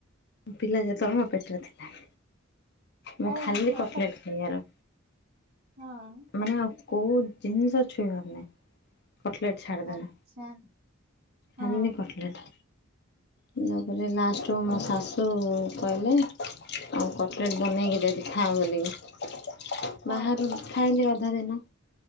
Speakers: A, on the left; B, on the right.
A: ପିଲା ଯେତେବେଳେ ମ ପେଟରେ ଥିଲା। ମୁଁ
B: ଓହୋ
A: ଖାଲି
B: ହୋ
A: କଟ୍ ଲେଟ୍ ଖାଇବାର।
B: ହଁ।
A: ମାନେ ଆଉ କଉ ଜିନିଷ ଛୁଇଁବାର ନାହିଁ। କଟ୍ ଲେଟ ଛାଡ଼ଦେଲେ
B: ଆଚ୍ଛା ହଁ
A: ଖାଲି କଟ୍ ଲେଟ୍। <unintelligible> କହିଲେ ଲାଷ୍ଟରୁ ମୋ ଶାଶୁ କହିଲେ ଆଉ କଟ୍ ଲେଟ୍ ବନେଇକି ଦେବି ଖା ବଲିକିି।
B: ହଁ
A: ବାହାରୁ ବି ଖାଇଲି ଅଧା ଦିନ।